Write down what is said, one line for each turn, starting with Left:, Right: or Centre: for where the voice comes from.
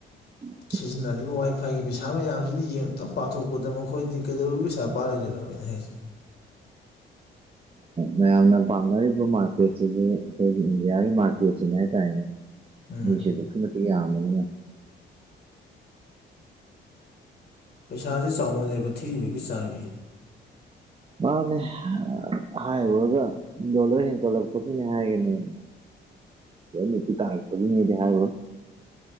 Right: ꯎꯝ
Left: ꯁꯤꯖꯤꯟꯅꯔꯤꯕ ꯋꯥꯏ ꯐꯥꯏꯒꯤ ꯄꯩꯁꯥ ꯃꯌꯥꯝꯁꯤꯅ ꯌꯦꯡꯇꯞ ꯄꯥꯊꯣꯛꯄꯗ ꯃꯈ ꯑꯩꯈꯣꯏꯗꯤ ꯀꯩꯗꯧꯔꯤꯕ ꯄꯩꯁꯥ ꯄꯥꯔꯣꯏꯗꯣꯏꯅꯣ ꯑꯩꯅ ꯍꯥꯏꯁꯦ
Right: ꯃꯌꯥꯝꯅ ꯄꯥꯝꯅꯔꯤꯕ ꯃꯥꯔꯀꯦꯠꯁꯤꯁꯨ ꯑꯩꯈꯣꯏꯒꯤ ꯏꯟꯗꯤꯌꯥꯒꯤ ꯃꯥꯔꯀꯦꯠꯁꯤꯅꯦ ꯍꯥꯏꯇꯥꯔꯦꯅꯦ
Left: ꯎꯝ
Right: ꯃꯤꯁꯦ ꯑꯗꯨꯛꯀꯤ ꯃꯇꯤꯛ ꯌꯥꯝꯃꯦꯅꯤꯅ
Left: ꯄꯩꯁꯥꯁꯦ ꯆꯥꯎꯃꯜꯂꯦꯕ ꯊꯤꯔꯤꯕꯒꯤ ꯆꯥꯡꯒꯤ
Right: ꯃꯥꯅꯦ ꯍꯥꯏꯔꯨꯔꯒ ꯗꯣꯂꯔ ꯍꯦꯟꯒꯠꯂꯛꯄꯒꯤꯅꯦ ꯍꯥꯏꯒꯅꯦ ꯅꯨꯄꯤ ꯇꯥꯔꯛꯄꯒꯤꯅꯦꯗꯤ ꯍꯥꯏꯔꯣ